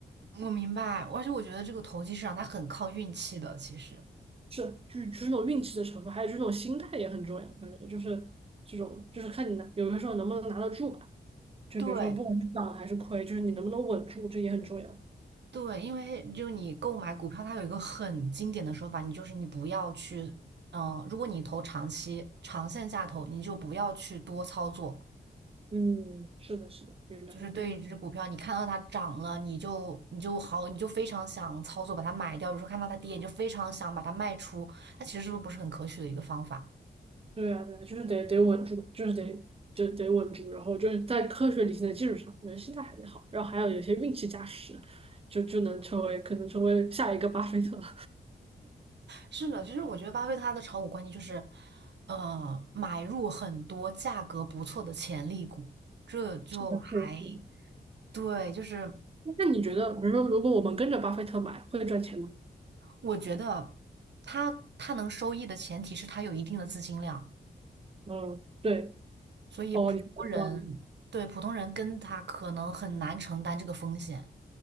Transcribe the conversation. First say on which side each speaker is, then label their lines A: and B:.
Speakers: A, on the right; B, on the right.
A: 我明白，而且我觉得这个投机市场它很靠运气的，其实。
B: 是，就是就是那种运气的成分，还有就是那种心态也很重要。感觉就是这种，就是看你拿，有的时候能不能拿得住吧。就比如说，
A: 对
B: 不管是涨还是亏，就是你能不能稳住，这也很重要。
A: 对，因为就你购买股票，它有一个很经典的说法，你就是你不要去，嗯、如果你投长期、长线下投，你就不要去多操作。
B: 嗯，是的，是的，明白明白。
A: 就是对于一只股票，你看到它涨了，你就你就好，你就非常想操作把它买掉；，有时候看到它跌，你就非常想把它卖出。它其实是不是很可取的一个方法？
B: 对啊，对啊，就是得得稳住，就是得就得稳住，然后就是在科学理性的基础上，人心态还得好，然后还有有些运气加持，就就能成为可能成为下一个巴菲特。<laughs>
A: 是的，其实我觉得巴菲特他的炒股观念就是，呃，买入很多价格不错的潜力股，这就还
B: 是的，是的是的
A: 对，就是
B: 那你觉得，比如说，如果我们跟着巴菲特买，会赚钱吗？
A: 我觉得他他能收益的前提是他有一定的资金量，
B: 嗯，对，
A: 所以普通人对普通人跟他可能很难承担这个风险。
B: 哦，你说的道理。